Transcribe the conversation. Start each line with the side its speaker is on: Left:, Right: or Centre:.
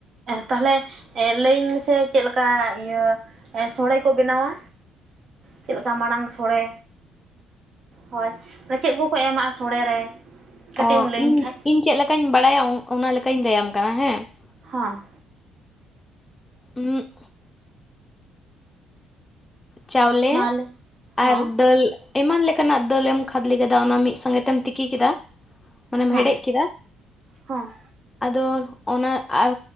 Right: ᱛᱟᱦᱚᱞᱮ ᱮ ᱞᱟᱹᱭᱟᱹᱧ ᱢᱮᱥᱮ ᱪᱮᱫ ᱞᱮᱠᱟ ᱤᱭᱟᱹ ᱥᱚᱲᱮ ᱠᱚ ᱵᱮᱱᱟᱣᱟ? ᱪᱮᱫ ᱞᱮᱠᱟ ᱢᱟᱲᱟᱝ ᱥᱚᱲᱮ ᱦᱳᱭ ᱪᱮᱫ ᱠᱚᱠᱚ ᱮᱢᱟᱜᱼᱟ ᱥᱚᱲᱮ ᱨᱮ? ᱠᱟᱹᱴᱤᱡ
Left: ᱚ
Right: ᱮᱢ ᱞᱟᱹᱭᱟᱹᱧ
Left: ᱤᱧ,
Right: ᱠᱷᱟᱡ
Left: ᱤᱧ ᱪᱮᱫ ᱞᱮᱠᱟᱸᱧ ᱵᱟᱲᱟᱭᱟ ᱚᱱᱟ ᱞᱮᱠᱟᱧ ᱞᱟᱹᱭᱟᱢ ᱠᱟᱱᱟ ᱦᱮᱸ ᱾
Right: ᱦᱚᱸ ᱾
Left: ᱩᱸᱜ ᱪᱟᱣᱞᱮ
Right: ᱢᱟᱞᱮ ᱦᱚᱸ
Left: ᱟᱨ ᱫᱟᱹᱞ ᱮᱢᱟᱱ ᱞᱮᱠᱟᱱᱟᱜ ᱫᱟᱹᱞᱮᱢ ᱠᱷᱟᱫᱽᱞᱮ ᱠᱮᱫᱟ ᱚᱱᱟ ᱢᱤᱫ ᱥᱚᱸᱜᱮ ᱛᱮᱢ ᱛᱤᱠᱤ ᱠᱮᱫᱟ ᱢᱟᱱᱮᱢ
Right: ᱦᱚᱸ
Left: ᱦᱮᱰᱮᱡ ᱠᱮᱫᱟ
Right: ᱦᱚᱸ
Left: ᱟᱫᱚ ᱚᱱᱟ ᱟᱨ